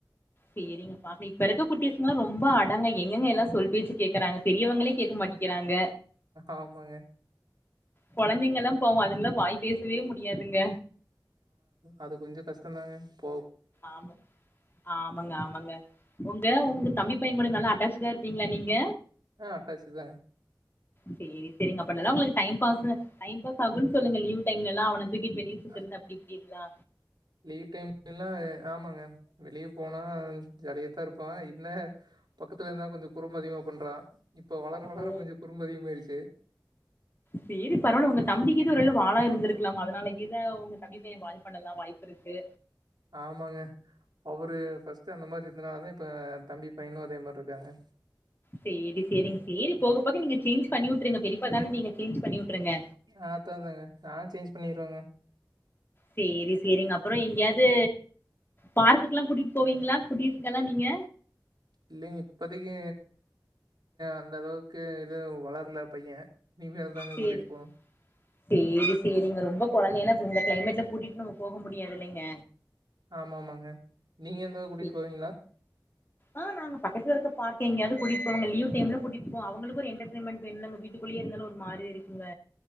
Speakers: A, on the left; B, on the right.
A: சேரிங்ப்பா ஆமா இப்ப இருக்கற குட்டிஸ்ளா ரொம்ப அடங்க எங்க எல்லா சொல் பேச்ச கேக்குறாங்க பெரியவங்களே கேட்க மாட்டேங்கிறாங்க
B: ஆமாங்க
A: கொழந்தைங்கல்லா பாவோ அதுங்கல்லா வாய் பேசவே முடியாதுங்க
B: அது கொஞ்சோ கஷ்டந்தாங்க போ
A: ஆமா ஆமாங்க ஆமாங்க உங்க உங்க தம்பி பைய கூட நல்லா அட்டாச்சுடா இருப்பீங்களா நீங்க
B: ஆ அட்டாச்சு தாங்க
A: சேரி சேரிங்க அப்ப நல்லா உங்களுக்கு டைம் பா டைம் பாஸ் ஆகுன்னனு சொல்லுங்க லீவ் டைம்ல எல்லா அவன தூக்கிட்டு வெளியே சுத்துறது
B: அ
A: அப்டி இப்டிங்களா
B: லீவ் டைம் எல்லா ஆமாங்க வெளியே போனா ஜாலியாத்தா இருப்பா என்ன பக்கத்துல இருந்தால கொஞ்சோ குறும்பு அதிகமா பண்றா இப்ப வளர வளர
A: ஓ
B: கொஞ்சோ குறும்பு அதிகமாயிருச்சு
A: சேரி பரவால்ல உங்க தம்பி கீது ஒரு வேல வாழா இருந்திருக்கலா அதனால கீது உங்க தம்பி பைய அது பண்ணலா வாய்ப்பு இருக்கு
B: ஆமாங்க அவரு ஃபஸ்ட்டு அந்த மாரி இருந்தனால தா இப்போ தம்பி பையனு அதே மாரி இருக்காங்க
A: சேரி சேரிங்க சேரி போக போக நீங்க சேஞ்ச் பண்ணி விட்டுருங்க பெரியப்பாதானே நீங்க சேஞ்ச் பண்ணி விட்டுருங்க
B: ஆ அதா தாங்க நா சேஞ்ச் பண்ணிருவங்க
A: சேரி சேரிங்க அப்றோ எங்கேயாவது பார்க்கு எல்லா கூட்டிட்டு போவீங்களா குட்டிஸ்கல்லா நீங்க
B: இல்லிங்க இப்பதைக்கி அந்த அளவுக்கு இது வளர்ல்ல பைய இனிமேல் தாங்க
A: சேரி
B: கூட்டிட்டு போனு
A: சேரி சேரிங்க ரொம்ப கொழந்தைன்னா இந்த கிளைமேட்ல கூட்டிட்டு நம்ம போக முடியாது இல்லங்க
B: ஆமா ஆமாங்க நீங்க எந்தாவது கூட்டிட்டு
A: சேரி
B: போவீங்களா
A: ஆ நாங்க பக்கத்து இருக்க பார்க் எங்காவது கூட்டிட்டுங்க லீவ் டைம்ல கூட்டிட்டு போ அவங்களுக்கு ஒரு என்டர்டன்மெண்ட வேனுள்ளங்க வீட் டுக்குள்ளயே இருந்தாலு ஒரு மாரி இருக்குங்க